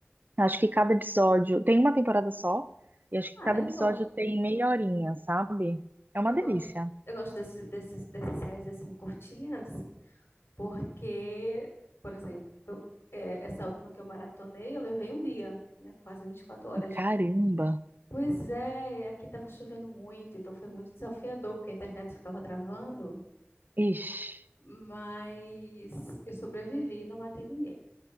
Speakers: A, on the right (about 45°); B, on the left (about 70°).
A: acho que cada episódio... Tem uma temporada só, e acho que
B: Ah,
A: cada
B: eu
A: episódio
B: gosto
A: tem
B: de.
A: meia horinha, sabe? É uma
B: Eu
A: delícia.
B: gosto, eu gosto desse, desses dessas séries assim curtinhas, porque, por exemplo, eu- é, essa última que eu maratonei, eu levei um dia, né? Quase 24 horas.
A: Caramba!
B: Pois é, aqui estava chovendo muito, então foi muito desafiador, porque a internet ficava travando,
A: Ixi.
B: mas eu sobrevivi, e não matei ninguém.